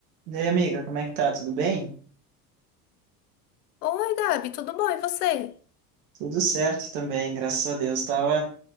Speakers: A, on the right (about 75°); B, on the left (about 85°).
A: E aí, amiga, como é que tá? Tudo bem?
B: Oi, Gabi, tudo bom? E você?
A: Tudo certo também, graças a Deus. Tava